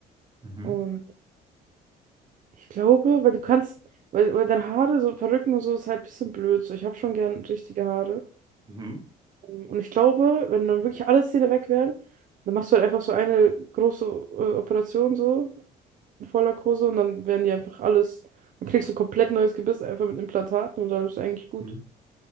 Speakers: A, on the right; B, on the right.
A: Mhm.
B: Und ich glaube, weil du kannst, weil, weil deine Haare, so Perücken und so, ist halt ein bisschen blöd. So, ich habe schon gern richtige Haare.
A: Mhm.
B: Und ich glaube, wenn dann wirklich alle Zähne weg wären, dann machst du halt einfach so eine große äh, Operation so. in Vollnarkose und dann werden die einfach alles. Dann kriegst du ein komplett neues Gebiss einfach mit Implantaten und dann ist es eigentlich gut.
A: Mhm.